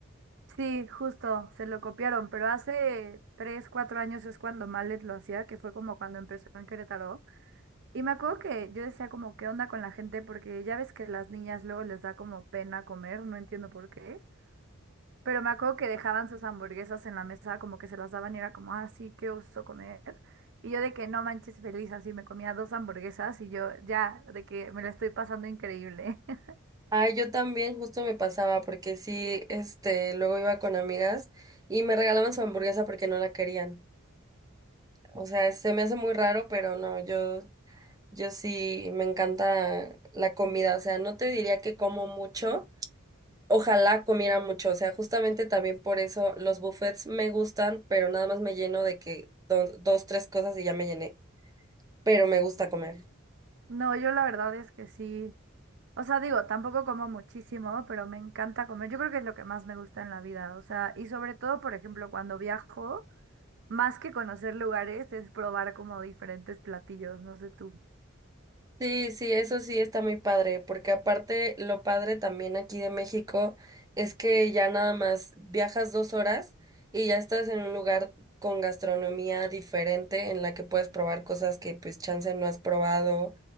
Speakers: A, on the right; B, on the right.
A: Sí, justo, se lo copiaron, pero hace 3, 4 años es cuando Malet lo hacía, que fue como cuando empezó en Querétaro. Y me acuerdo que yo decía como, ¿qué onda con la gente? Porque ya ves que las niñas luego les da como pena comer, no entiendo por qué. Pero me acuerdo que dejaban sus hamburguesas en la mesa, como que se las daban y era como, ah, sí, qué oso comer. Y yo de que no manches feliz, así me comía dos hamburguesas y yo ya, de que me la estoy pasando increíble. <laughs>
B: Ah, yo también justo me pasaba porque sí, este, luego iba con amigas y me regalaban su hamburguesa porque no la querían. O sea, se me hace muy raro, pero no, yo, yo sí me encanta la comida. O sea, no te diría que como mucho Ojalá comiera mucho, o sea, justamente también por eso los buffets me gustan, pero nada más me lleno de que do- dos, tres cosas y ya me llené, pero me gusta comer.
A: No, yo la verdad es que sí. O sea, digo, tampoco como muchísimo, pero me encanta comer. Yo creo que es lo que más me gusta en la vida. O sea, y sobre todo, por ejemplo, cuando viajo, más que conocer lugares, es probar como diferentes platillos. No sé tú.
B: Sí, sí, eso sí está muy padre, porque aparte lo padre también aquí de México es que ya nada más viajas dos horas y ya estás en un lugar con gastronomía diferente en la que puedes probar cosas que pues chance no has probado